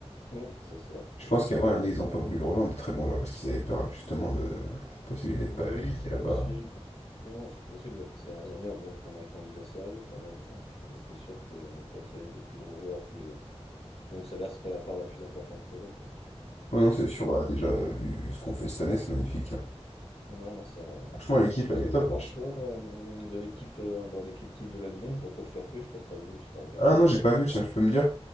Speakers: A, on the left; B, on the left.
A: Hum, c'est ça.
B: Je
A: Donc
B: pense qu'avant,
A: euh,
B: il y en a, ils ont pas voulu le rejoindre des très bons joueurs parce qu'ils avaient peur justement de cette possibilité de
A: oui,
B: pas aller gagner
A: c'est
B: là-bas.
A: possible. Non, c'est possible. Après ces dernières années, on montre qu'on a un candidat sérieux quand même. Donc euh, c'est sûr qu'on peut attirer des plus gros joueurs que dont le salaire c'est pas la part la plus importante pour eux, quoi.
B: Ouais, non, c'est
A: Donc
B: sûr.
A: euh,
B: Bah, déjà, euh, vu ce qu'on fait cette année, c'est magnifique. hein.
A: Ouais, non, ça.
B: Franchement, l'équipe,
A: Je sais pas
B: elle
A: ce
B: est
A: que
B: top.
A: t'en penses,
B: là.
A: toi, euh, de l'équipe euh, bah, l'équipe type de la Ligue 1, y a pas trop de surprises, je sais pas si t'as vu, si t'as regardé.
B: Ah non, j'ai pas vu, tiens, tu peux me dire?